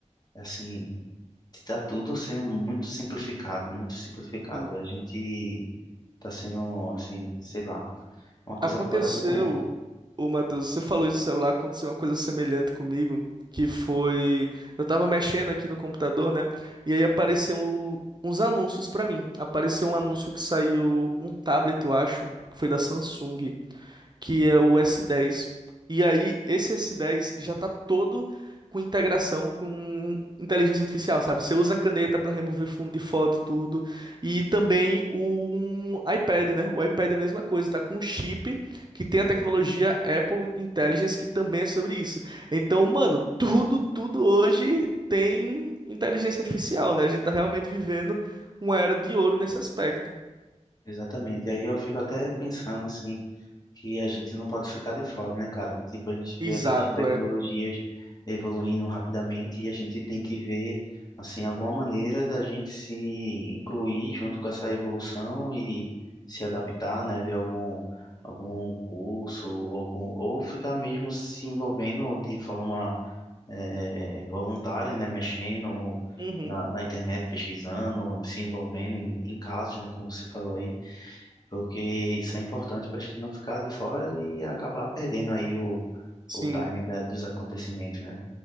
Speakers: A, on the left; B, on the right.
A: assim, tá tudo sendo muito simplificado, muito simplificado.
B: Sim.
A: A gente tá sendo, assim, sei lá, uma coisa
B: Aconteceu,
A: fora do comum.
B: o Matheus, você falou isso do celular, aconteceu uma coisa semelhante comigo, que foi, eu tava mexendo aqui no computador, né? E aí apareceu um- uns anúncios pra mim. Apareceu um anúncio que saiu um tablet, eu acho, que foi da Samsung que é o S10. E aí, esse S10 já tá todo com integração com inteligência artificial, sabe? Você usa a caneta para remover fundo de foto, tudo. E também o um iPad, né? O iPad é a mesma coisa, tá com um chip que tem a tecnologia Apple Intelligence, que também é sobre isso. Então, mano, tudo, tudo hoje tem inteligência artificial, né? A gente tá realmente vivendo uma era de ouro nesse aspecto.
A: Exatamente. E aí eu fico até pensando, assim, que a gente não pode ficar de fora, né, cara? Tipo, a gente
B: Exato,
A: vê essas tecnologias
B: é.
A: evoluindo rapidamente e a gente tem que ver, assim, alguma maneira da gente se incluir junto com essa evolução e se adaptar, né? Ver algum, algum curso, ou algum, ou ficar mesmo se envolvendo de forma eh, voluntária, né? Mexendo
B: Uhum,
A: na, na internet, pesquisando, se envolvendo em, em casos, né? Como você falou aí porque isso é importante para a gente não ficar de fora e acabar perdendo aí o,
B: sim.
A: o time da- dos acontecimentos, né?